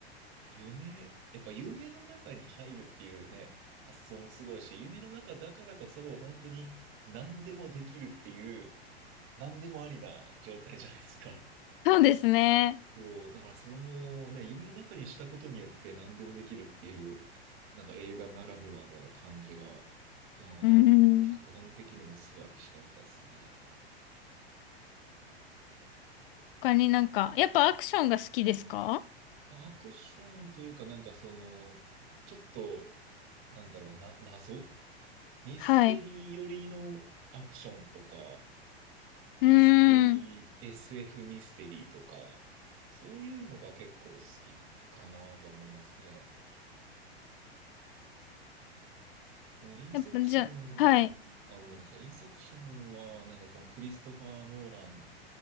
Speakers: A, on the right (about 40°); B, on the left (about 55°).
A: 夢、やっぱ夢の中に入るっていうね、発想もすごいし、夢の中だからこそ本当に何でもできるっていう、何でもありな状態じゃないですか。
B: そうですね。
A: こう、だからそのね、夢の中にしたことによって何でもできるっていう、なんか映画ならではの感じが、あー脚本的にも素晴らしかったですね。
B: うん。他になんか、やっぱアクションが好きですか
A: まあアクションというかなんかその、ちょっと、なんだろうな、謎ミステリー寄りのアクションとか、
B: はい。
A: ミステリー、
B: うーん。
A: SF ミステリーとか、そういうのが結構好きかなとは思いますね。このインセプション、
B: やっぱじゃ、はい、
A: あ、ごめんなさい。インセプションは、なんかこのクリストファー・ノーラン